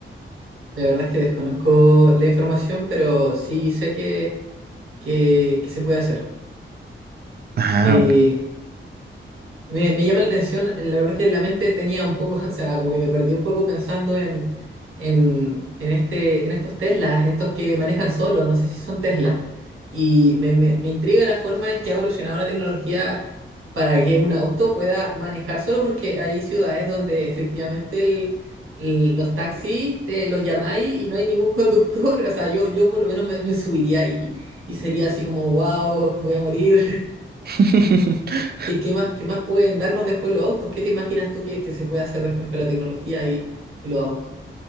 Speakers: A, on the right; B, on the right.
A: La verdad es que desconozco la información, pero sí sé que que, que se puede hacer.
B: Ah,
A: Eh,
B: ok.
A: me, me llama la atención, eh, la verdad es que la mente tenía un poco, <laughs> o sea, como que me perdí un poco pensando en, en, en, este, en estos Teslas, estos que manejan solos, no sé si son Tesla. Y me, me, me intriga la forma en que ha evolucionado la tecnología para que un auto pueda manejar solo, porque hay ciudades donde efectivamente el, el- los taxis te los llamáis y no hay ningún conductor. <laughs> O sea, yo, yo por lo menos me, me subiría ahí y sería así como, wow, voy a morir.
B: <laughs>
A: ¿Qué, qué más, qué más pueden darnos después los autos? ¿Qué te imaginas tú que, que se puede hacer después con la tecnología y, y los autos?